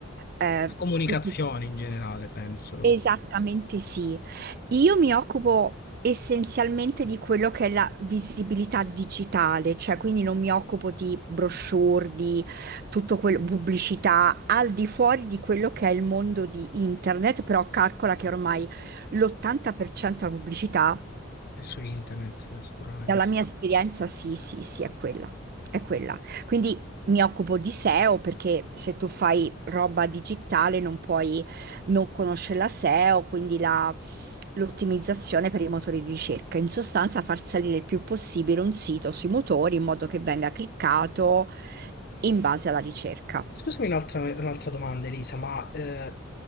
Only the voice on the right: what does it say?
eh,
tutto
Esattamente sì. Io mi occupo essenzialmente di quello che è la visibilità digitale, cioè quindi non mi occupo di brochure, di tutto quello, pubblicità, al di fuori di quello che è il mondo di internet, però calcola che ormai l'80% della pubblicità
dalla mia esperienza, sì, sì, sì, è quella, è quella. Quindi mi occupo di SEO perché se tu fai roba digitale non puoi non conoscere la SEO, quindi la- l'ottimizzazione per i motori di ricerca. In sostanza, far salire il più possibile un sito sui motori in modo che venga cliccato in base alla ricerca.